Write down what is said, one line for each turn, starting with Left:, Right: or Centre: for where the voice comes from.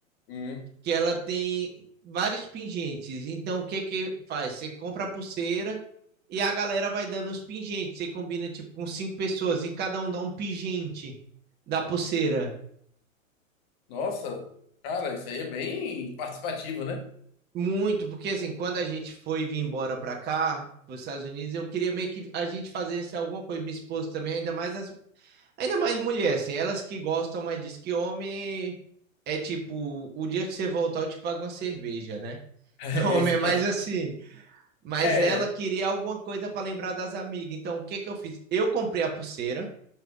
Left: Hum.
Right: que ela tem vários pingentes. Então, o que que faz? Você compra a pulseira e a galera vai dando os pingentes. Você combina tipo com cinco pessoas e cada um dá um pingente da pulseira.
Left: Nossa, cara, isso aí é bem participativo, né? <laughs>
Right: Muito, porque assim, quando a gente foi vir embora para cá, para os Estados Unidos, eu queria meio que a gente fazesse alguma coisa, minha esposa também, ainda mais as, ainda mais mulher, assim, elas que gostam mais disso que homem é tipo, o dia que você voltar eu te pago uma cerveja, né?
Left: É,
Right: <laughs> Homem
Left: esse
Right: é mais
Left: cansa.
Right: assim, Mas
Left: É.
Right: ela queria alguma coisa para lembrar das amigas. Então, o que que eu fiz? Eu comprei a pulseira,